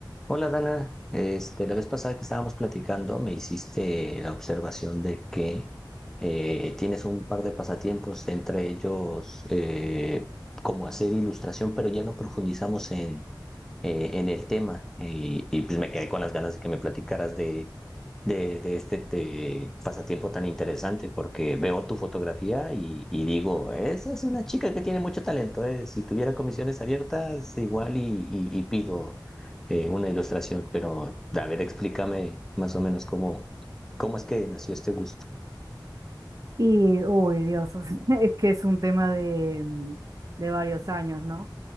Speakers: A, in the centre; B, on the right.
A: Hola Dana, este, la vez pasada que estábamos platicando me hiciste la observación de que eh, tienes un par de pasatiempos, entre ellos eh, como hacer ilustración, pero ya no profundizamos en, eh, en el tema y, y pues me quedé con las ganas de que me platicaras de, de, de este te- pasatiempo tan interesante porque veo tu fotografía y, y digo, esa es una chica que tiene mucho talento, eh. Si tuviera comisiones abiertas, igual y, y- y pido eh, una ilustración, pero a ver, explícame más o menos cómo, cómo es que nació este gusto.
B: Y, uy, Dios, o sea, <laughs> es que es un tema de, mm, de varios años, ¿no?